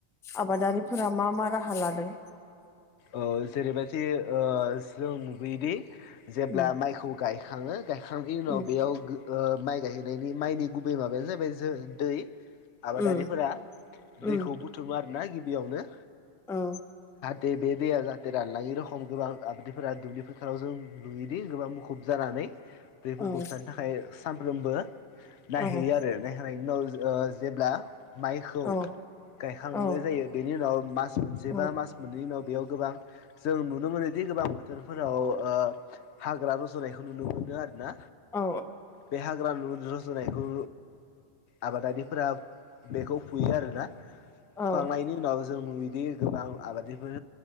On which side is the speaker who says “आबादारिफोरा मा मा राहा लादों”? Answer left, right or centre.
Centre